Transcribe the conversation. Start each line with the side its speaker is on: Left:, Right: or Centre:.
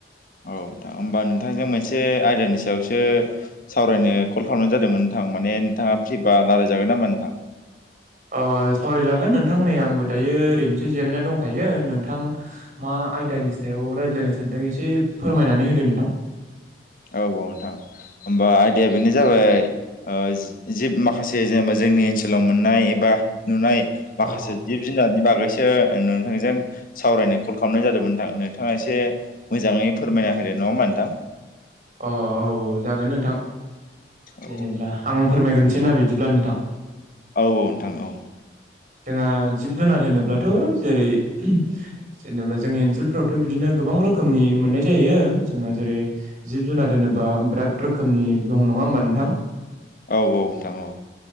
Left: औ दा होमबा नोंथांजों मोनसे आयदानि सायाव थां माने नोंथाङा फ्रिबा लारायजागोन नामा नोंथां?
Right: अ सावरायजागोन नोंथां नै आंबो दायो ओरैनोसो जिरायना दंखायो नोंथां मा आयदानि सायाव रायज्लायनो सानदों एसे फोरमायनानै होदो नोंथां।
Left: औ औ नोंथां होमबा आयदाया बेनो जाबाय अ ज-जि माखासे जेनेबा जोंनि ओनसोलाव मोननाय एबा नुनाय माखासे
Right: औ
Left: जिब जिनानि बागास ओ नोंथांजों सावरायनो कल खालामनाय जादोंमोनथां नोंथाङा एसे मोजाङै फोरमायना होदों। नङा होनबा नथां?
Right: अ औ औ जागोन नोथां
Left: औ
Right: जेनेबा आं फोरमायगोन थिना बिदिब्ला नोथां।
Left: औ नोंथां औ
Right: जोंहा जिब जुनार होनोब्लाथ' जेरै जेनेबा जोंनि ओनसोलफ्रावथ' बिदिनो गोबां गोबां रोखोमनि मोननाय जायो जोङो जेरै जिब जुनार होनोबा बिराद रोखोमनि दं नङा होमबा नोंथां?
Left: औ औ नोंथां औ।